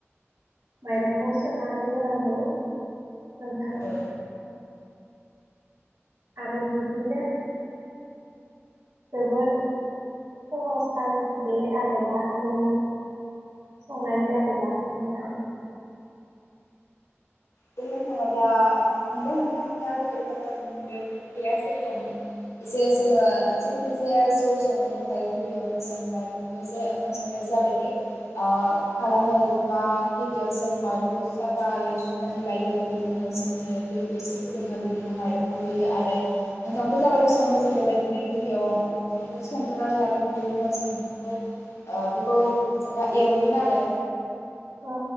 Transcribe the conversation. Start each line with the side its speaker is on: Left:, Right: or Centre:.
Right: माइरंखौ सोनानै होनांगौ। नोंथां।
Left: औ
Right: आरो बिदिनो जोबोर सहजथार बे आदबा जौ संनायनि आदबा नोंथां।
Left: बुंनो थाङोब्ला नंगौ नोंथां नोंथाङा जेबायादि बाथ्रा बुंदों बे खोथायया सैथोआनो जे जोंङो जिखुनो जाया जौ संनो थाखाय गिबियावनो जों माइरंखौ जे ओंखाम संनायाव जा बायदि ओ खालामो बा‌ गिबियावनो बा गिबियाव जों माइरंखौ साफायै नानै लायो बेनि उनाव जोङो दैखौसे फुदुङो बेनि उनाव माइरंखौ होयो आरो ओंखामखौ जाबायदि सङो जों बेबायदिनो गिबियाव ओंखामखौ संग्रोनानै लागोन बेनि उनाव जों ओंखामखौ बेखौ जेनेबा एरनगोन आरो
Right: औ